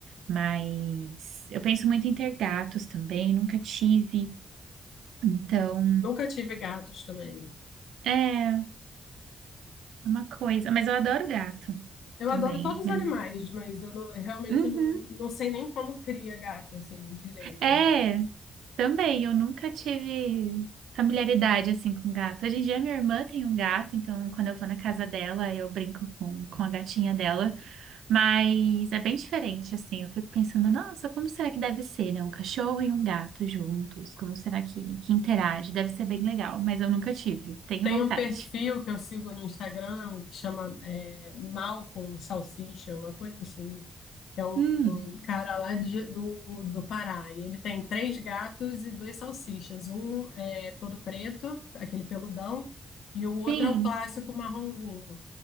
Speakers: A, on the right; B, on the left.
A: Mas eu penso muito em ter gatos também, nunca tive. Então,
B: nunca tive gatos também.
A: é é uma coisa. Mas eu adoro gato
B: Eu
A: também,
B: adoro todos os
A: né?
B: animais, mas eu não- realmente
A: Uhum.
B: não, não sei nem como cria gato, assim, direito.
A: É. Também, eu nunca tive familiaridade assim com gato. Hoje em dia minha irmã tem um gato, então quando eu vou na casa dela, eu brinco com, com a gatinha dela, mas é bem diferente assim. Eu fico pensando, nossa, como será que deve ser, né? Um cachorro e um gato juntos, como será que, que interage? Deve ser bem legal, mas eu nunca tive. Tenho
B: Tem
A: vontade.
B: um perfil que eu sigo no Instagram que chama é, Malcom Salsicha, uma coisa assim, que é um
A: Hum,
B: cara lá de- do, do Pará. E ele tem três gatos e dois salsichas. Um é todo preto, aquele peludão, e o outro
A: sim,
B: é o clássico marronzinho.